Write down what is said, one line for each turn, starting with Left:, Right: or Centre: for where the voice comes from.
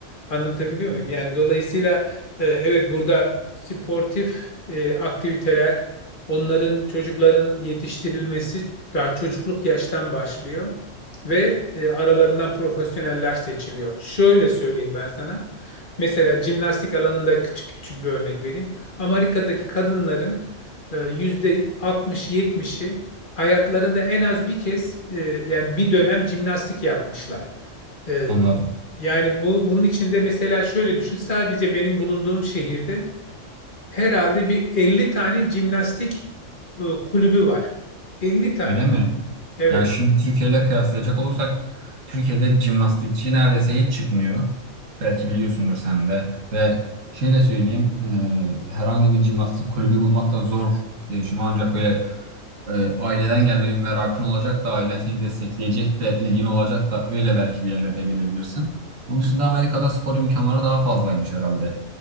Left: Anlatabiliyor
Right: Evet.
Left: muyum? Yani dolayısıyla e, evet burada sportif e, aktiviteler Onların çocukların yetiştirilmesi daha çocukluk yaştan başlıyor ve e, aralarından profesyoneller seçiliyor. Şöyle söyleyeyim ben sana. Mesela jimnastik alanında küçük küçük bir örnek vereyim. Amerika'daki kadınların e, yüzde 60-70'i hayatlarında en az bir kez e, yani bir dönem jimnastik yapmışlar. E,
Right: Anladım.
Left: yani bu bunun içinde mesela şöyle düşün. Sadece benim bulunduğum şehirde herhalde bir 50 tane jimnastik e, kulübü var. 50 tane.
Right: Öyle mi?
Left: Evet.
Right: Yani şimdi Türkiye ile kıyaslayacak olursak Türkiye'de jimnastikçi neredeyse hiç çıkmıyor. Belki biliyorsundur sen de. Ve şöyle söyleyeyim, e, herhangi bir jimnastik kulübü bulmak da zor diye düşünüyorum. Ancak böyle e, aileden gelme bir merakın olacak da ailen seni destekleyecek de ilgin olacak da öyle belki bir yerlere gelebilirsin. Onun dışında Amerika'da spor imkanları daha fazlaymış herhalde.